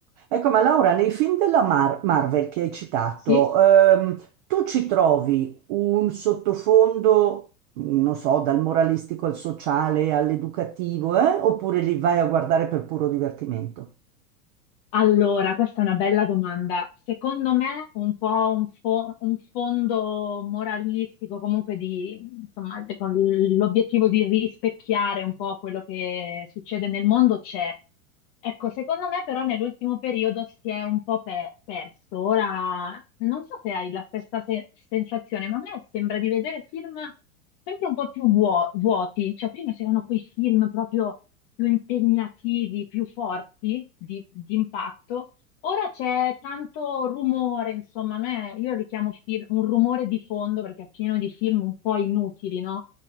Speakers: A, on the right; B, on the left.
A: Ecco, ma Laura, nei film della Mar- Marvel che hai citato,
B: sì?
A: ehm, tu ci trovi un sottofondo, non so, dal moralistico al sociale, all'educativo, eh? Oppure li vai a guardare per puro divertimento?
B: Allora, questa è una bella domanda. Secondo me un po' un, fo- un fondo moralistico, comunque di, insomma, de- con l'obiettivo di rispecchiare un po' quello che succede nel mondo c'è. Ecco, secondo me però nell'ultimo periodo si è un po' pe- perso. Ora, non so se hai la stessa se- sensazione, ma a me sembra di vedere film sempre un po' più vuo- vuoti. Cioè, prima c'erano quei film proprio più impegnativi, più forti di, di impatto. Ora c'è tanto rumore, insomma, a me, io li chiamo film, un rumore di fondo perché è pieno di film un po' inutili, no? Un